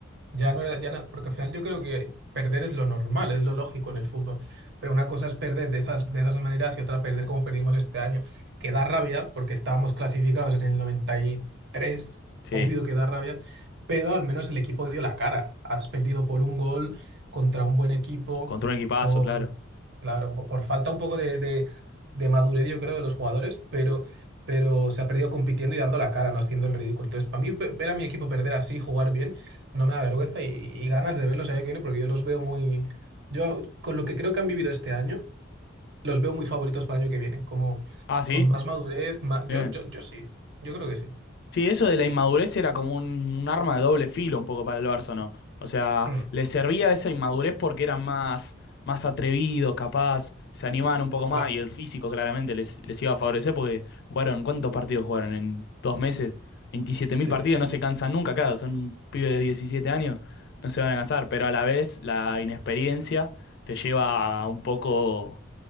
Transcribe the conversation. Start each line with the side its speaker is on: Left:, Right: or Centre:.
Right: Ya no era, ya no- porque al final yo creo que perder es lo normal, es lo lógico en el fútbol. Pero una cosa es perder de esas, de esas maneras y otra perder como perdimos este año, que da rabia porque estábamos clasificados en el noventa y tres
Left: sí.
Right: obvio que da rabia, pero al menos el equipo dio la cara. Has perdido por un gol contra un buen equipo,
Left: Contra un equipazo,
Right: por,
Left: claro.
Right: claro, por por falta un poco de, de, de madurez, yo creo, de los jugadores, pero pero se ha perdido compitiendo y dando la cara, no haciendo el ridículo. Entonces, para mí, ve- ver a mi equipo perder así, jugar bien, no me da vergüenza y, y ganas de verlos el año que viene porque yo los veo muy... Yo con lo que creo que han vivido este año, los veo muy favoritos para el año que viene, como
Left: Ah, sí.
Right: con más madurez, ma-
Left: Bien.
Right: Yo, yo, yo sí, yo creo que sí.
Left: Sí, eso de la inmadurez era como un, un arma de doble filo un poco para el Barça, ¿no? O sea,
Right: Mm,
Left: le servía esa inmadurez porque eran más, más atrevidos, capaz, se animaban un poco más
Right: claro,
Left: y el físico claramente les, les iba a favorecer porque jugaron, ¿cuántos partidos jugaron en dos meses? veintisiete
Right: sí,
Left: mil partidos, no se cansan nunca, claro, son un pibe de 17 años, no se van a cansar, pero a la vez la inexperiencia te lleva a un poco